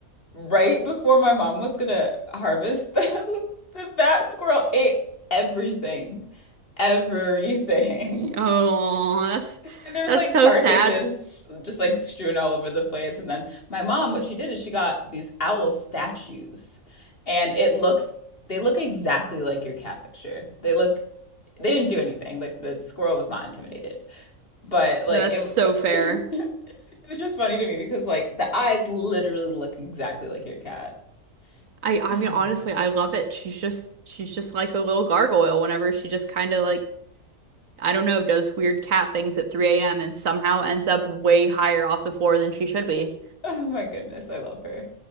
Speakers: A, on the left; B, on the right.
A: Right before my mom was gonna harvest them, <laughs> the fat squirrel ate everything. Everything.
B: I- Oh,
A: <laughs>
B: that's
A: And there was
B: that's
A: like
B: so
A: carcasses
B: sad.
A: just like strewn all over the place. And then my mom, what she did is she got these owl statues. And it looks, they look exactly like your cat picture. They look, they didn't do anything. Like the squirrel was not intimidated. But like
B: No, that's
A: it,
B: so
A: <laughs>
B: fair.
A: it was just funny to me because like the eyes literally look exactly like your cat. <sighs>
B: I I
A: <laughs>
B: mean honestly, I love it. She's just she's just like a little gargoyle whenever she just kind of like I don't know, does weird cat things at 3 a.m. and somehow ends up way higher off the floor than she should be.
A: Oh my goodness, I love her.